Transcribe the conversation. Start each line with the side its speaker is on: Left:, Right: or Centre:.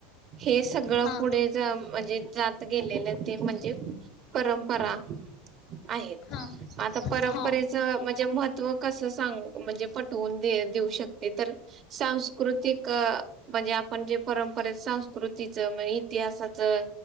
Right: हे सगळं
Left: हा
Right: पुढे जाऊन म्हणजे जात. गेलेले ते म्हणजे परंपरा आहेत.
Left: हा
Right: आता परंपरेच
Left: हा
Right: म्हणजे महत्त्व कसं सांग म्हणजे पटवून दे देऊ शकते तर. सांस्कृतिक. म्हणजे आपण जे परंपरेेत संस्कृतीचं म्हण इतिहासाचं.